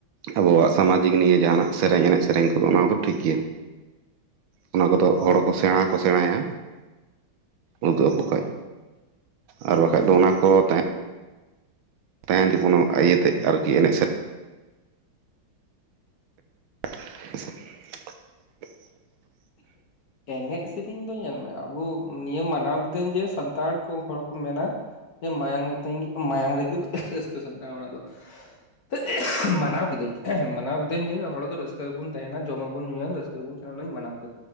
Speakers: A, on the right; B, on the left.
A: ᱟᱵᱚᱣᱟᱜ ᱥᱟᱢᱟᱡᱤᱠ ᱱᱤᱭᱮ ᱡᱟᱦᱟᱱᱟᱜ ᱥᱮᱨᱮᱧ ᱮᱱᱮᱡ ᱥᱮᱨᱮᱧ ᱠᱚᱫᱚ ᱚᱱᱟ ᱠᱚᱫᱚ ᱴᱷᱤᱠ ᱜᱮᱭᱟ ᱚᱱᱟ ᱠᱚᱫᱚ ᱦᱚᱲ
B: ᱦᱳᱭ
A: ᱥᱮᱬᱟ ᱦᱚᱸ ᱠᱚ ᱥᱮᱬᱟᱭᱟ ᱩᱫᱩᱜ ᱟᱠᱚ ᱠᱷᱟᱱ ᱟᱨ ᱵᱟᱠᱷᱟᱡ ᱫᱚ ᱚᱱᱟ ᱠᱚ ᱛᱟᱦᱮᱸ ᱴᱮᱱᱯᱳᱱᱳ ᱤᱭᱟᱹᱛᱮ ᱟᱨᱠᱤ ᱮᱱᱮᱡ ᱥᱮᱨᱮᱧ ᱦ <inaudible>
B: ᱮᱱᱮᱡ ᱥᱮᱨᱮᱧ ᱫᱚ ᱧᱮᱞ ᱟᱵᱚ ᱱᱤᱭᱟᱹ ᱢᱟᱱᱟᱣ ᱠᱤᱫᱟᱹᱧ ᱡᱮ ᱥᱟᱱᱛᱟᱲ ᱠᱚ ᱦᱚᱲ ᱠᱚ ᱢᱮᱱᱟ ᱡᱮ ᱢᱟᱭᱟᱝ ᱨᱤᱛᱤᱧ ᱜᱮ ᱢᱟᱭᱟᱝ ᱨᱮᱜᱮ ᱨᱟᱹᱥᱠᱟᱹ ᱥᱟᱱᱛᱟᱲ ᱦᱚᱲᱟᱜ ᱫᱚ <unintelligible> ᱢᱟᱱᱟᱣ ᱠᱤᱫᱟᱹᱧ ᱢᱟᱱᱟᱣ ᱠᱤᱫᱟᱹᱧ ᱡᱮ ᱦᱚᱲ ᱫᱚ ᱨᱟᱹᱥᱠᱟᱹ ᱨᱮᱵᱚᱱ ᱛᱟᱦᱮᱱᱟ ᱡᱚᱢᱟᱵᱚᱱ ᱧᱩᱭᱟ ᱨᱟᱹᱥᱠᱟᱹ ᱨᱮᱵᱚᱱ ᱛᱟᱦᱮᱱᱟ ᱚᱱᱟᱧ ᱢᱟᱱᱟᱣᱣᱟ